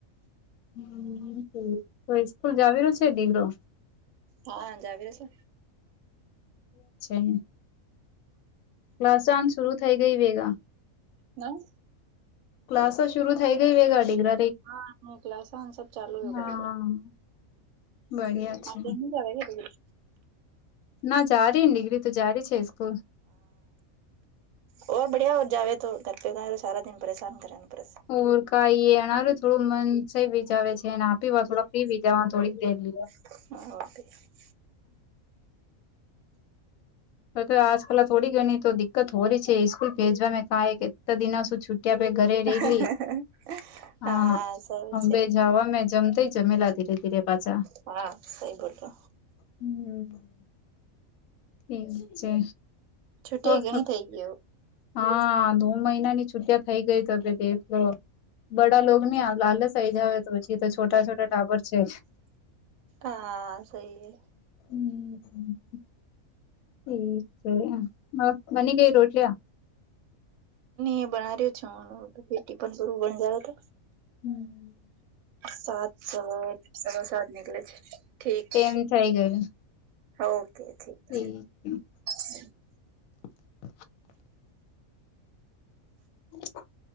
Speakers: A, on the left (about 80°); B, on the right (about 70°).
A: હમ તો સ્કૂલ જાવલ છે. ઢલો
B: હા જાવી રસો
A: અ્છા ક્લાસન શરુ થઈ ગઈ વેગા
B: ના
A: ક્લાસો શરૂ થઈ ગઈ વેગા ડીગ્ર
B: હા નક લસન સ ચાલુ
A: હા
B: યગ.
A: બડિયા છે
B: આપ જ કેટ
A: ના જારી ને ડિગ્રી તું જારી છે. સ્કૂલ
B: હાર બડિયા જાવે, તો ઘર પે ક તો સારા દન પરેશાન કરેનું પરસ
A: ઉર કાય અનારું થોડું મન છે. બીજાવે છે. જેને આપી વા થોડાક ફીવી જવા થોડીક દેર લઈ
B: હ
A: તો તો આજકાલ થોડી ઘણી તો દિક્કત હોય છે. સ્કૂલ ભેજવા કા કેટલા દિના સુ છ. ત્યાં બેે ઘરે રેલી
B: હા
A: હા
B: સારું
A: હંભાઈ
B: છે
A: જવા મે જમતા જમેલા ધીરે ધીરે પાછા
B: હા સઈ બોલલો
A: હમ્મ ઠીક છે,
B: છૂટી
A: હ હ
B: ઘણી થઈ ગયો
A: હા દો મહિના ની છુટિયા થઇ ગઈ ત દેલો બડા લો ની લાલસઈ જ આવે તો પછી તો છોટા છોટા ટાવર છે.
B: આ સહી
A: ઠીક <unintelligible> હ બનીગય રોટલ્યા
B: એ બનાવ્યો છું ફીટી પણું બન જાય તો
A: હમ્મ
B: સાત સ સવા સાત નનીકલેે છે ઠીક છે.
A: એમ થઈ ગયુ.
B: ઓકે ઠીક
A: <unintelligible>
B: <inaudible>
A: <inaudible> <inaudible>